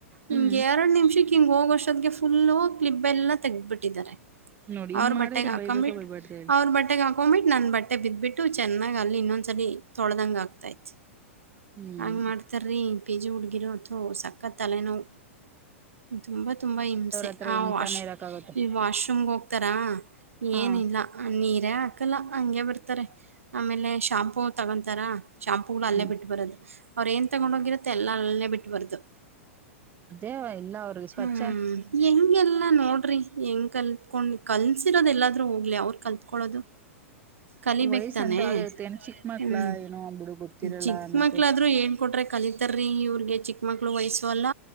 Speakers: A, on the right; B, on the right.
A: ಹಿಂಗೆರಡ್
B: ಹ್ಮ್
A: ನಿಮಿಷಕ್ ಹಿಂಗ್ ಹೋಗಷ್ಟ್ ತ್ತಿಗೆ ಫುಲ್ಲು ಕ್ಲಿಪ್ ಎಲ್ಲ ತೆಗ್ದಿಬಿಟ್ಟಿದ್ದಾರೆ
B: ನೋಡಿ ಹಿಂಗ್
A: ಅವ್ರ
B: ಮಾಡಿದ್ರೆ
A: ಬಟ್ಟೆೆಗೆ ಹಾಕೊ್ಂಬಿಟ್ಟು
B: ಬೈಬೇಕ ಬೈಬಾರ್ದ ಹೇಳಿ
A: ಅವ್ರ ಬಟ್ಟೆೆಗೆ ಹಾಕೊಂಬಿಟ್ ನನ್ ಬಟ್ಟೆ ಬಿದ್ದ್ಬಿಟ್ಟು ಚೆನ್ನಾಗ್ ಅಲ್ ಇನ್ನೊಂದ್ ಸರಿ ತೊಳ್ದಂಗ ಆಗ್ತಾೈತ್
B: ಹ್ಮ್
A: ಹಂಗ್ ಮಾಡ್ತಾರ್ರಿ ಪಿಜಿ ಹುಡ್ಗಿರು ಅಥವಾ ಸಕ್ಕತ್ ತಲೆನೋವು ತುಂಬ ತುಂಬ ಹಿಂಸೆ
B: ಅವ್ರ ಹತ್ರ
A: ಆ
B: ಹೆಂಗ್
A: ವಾಶ್
B: ತಾನೇ ಇರಕ್ ಆಗತ್ತೆ
A: ಈ ವಾಶ್ರೂಮ್ಗೆ ಹೋಗ್ತಾರಾ
B: ಹಾ
A: ಏನಿಲ್ಲ ನೀರೇ ಹಾಕಲ್ಲ ಹಂಗೆ ಬರ್ತಾರೆ ಆಮೇಲೆ ಶಾಂಪೂ ತಗೊಂತಾರಾ ಶಾಂಪೂಗಳು ಅಲ್ಲೇ
B: ಹ್ಮ್
A: ಬಿಟ್ಟುಬರದು ಅವ್್ರ ಏನ್ ತಗೊಂಡ ಹೋಗಿರತ್ತೆ ಎಲ್ಲ ಅಲ್ಲೇ ಬಿಟ್ಬಾರ್ದು
B: ಅದೇವ ಇಲ್ಲ ಅವ್ರಿಗೆ ಸ್ವಚ್
A: ಹ್ಮ್ ಹೆಂಗೆ ಎಲ್ಲ ನೋಡ್ರಿ ಹೆಂಗ್ ಕಲ್ತ್ಕೊಂಡು ಕಲ್ಸಿರೋದ ಎಲ್ಲಾದ್ೂ ಹೋಗಿ ಅವ್ರು ಕಲ್ತ್ಕೊಳ್ಳೋದು ಕಲಿಬೇಕ್ತಾನೆ
B: ವಯಸ್ಸ ಅಂತ ಆಗಿರುತ್ತೆ ಏನ ಚಿಕ್ಕ ಮಕ್ಳ
A: ಹ್ಮ್
B: ಏನೋ ಬಿಡು ಗೊತ್ತಿರಲ್ಲ
A: ಚಿಕ್ಕ
B: ಅನ್ನೋಕೆ
A: ಮಕ್ಳಾದ್ೂ ಏನ್ ಕೊಟ್ರೆ ಕಲಿತಾರ್ರೀ ಇವ್ರಿಗೆ ಚಿಕ್ಕ ಮಕ್ಳು ವಯಸ್ಸ ತೊಲ